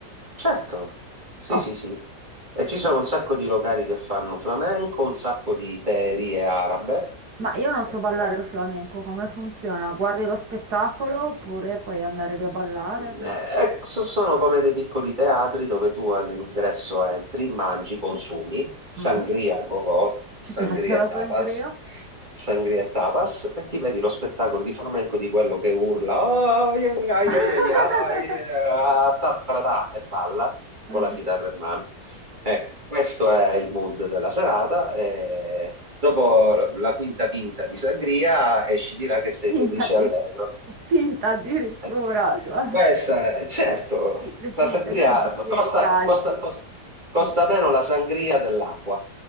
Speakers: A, on the right (about 25°); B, on the right (about 70°).
A: certo, sì,
B: Oh,
A: sì, sì. E ci sono un sacco di locali che fanno flamenco, un sacco di teerie arabe,
B: ma io non
A: perché
B: so ballare il flamenco, come funziona? Guardi lo spettacolo oppure puoi andare lì a ballare? Come
A: Eh,
B: fu-
A: eh, so- sono come dei piccoli teatri dove tu all'ingresso entri, mangi, consumi, sangria
B: Mm?
A: a go-go, sangria
B: Ci piace la
A: e
B: sangria?
A: tapas, sangria e tapas, e ti vedi lo spettacolo di flamenco di quello che urla "Ai, ai, ai,
B: <laughs>
A: ai, ai, ai, ah, ta, tra, ta", e balla
B: Mhm.
A: con la chitarra in mano. Ecco, questo è il mood della serata. e dopo la quinta pinta di sangria esci di là che sei
B: Pinta,
A: felice
B: di-
A: e allegro.
B: pinta addirittura,
A: Eh,
B: cioè
A: Questa, eh, certo,
B: le
A: la
B: pinte,
A: sangria
B: non i bicchieri,
A: costa,
B: i calci.
A: costa- cos- costa
B: Pi-
A: meno la sangria dell'acqua,